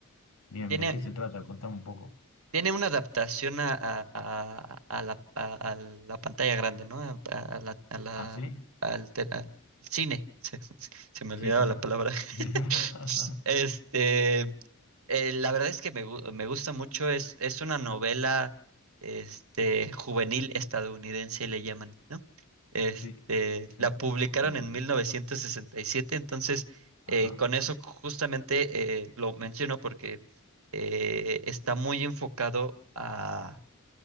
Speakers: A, on the left (about 80°); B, on the right (about 70°).
A: Bien,
B: Tiene,
A: ¿de qué se trata? Contame un poco.
B: Tiene una adaptación a, a- a- a la, a- a la pantalla grande, ¿no? A, a la, a la-
A: ¿Ah, sí?
B: al, te- al cine. <laughs> Se, se me olvidaba
A: Sí, sí, sí.
B: la palabra. <laughs>
A: Sí, <laughs>
B: Este. Eh, la verdad es que me, gu- me gusta mucho, es, es una novela este, juvenil estadounidense, le llaman, ¿no? Este,
A: sí. sí.
B: la publicaron
A: Como-
B: en 1967, entonces
A: Ajá.
B: eh, con eso justamente eh, lo menciono porque eh, está muy enfocado a,